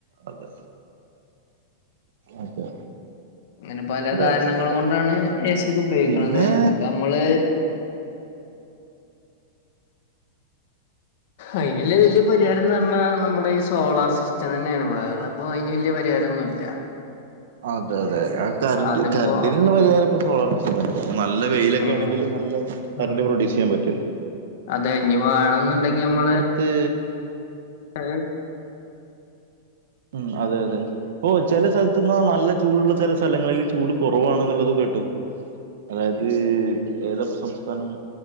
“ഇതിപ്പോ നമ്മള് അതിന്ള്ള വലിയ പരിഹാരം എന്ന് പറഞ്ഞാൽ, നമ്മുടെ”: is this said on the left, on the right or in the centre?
Left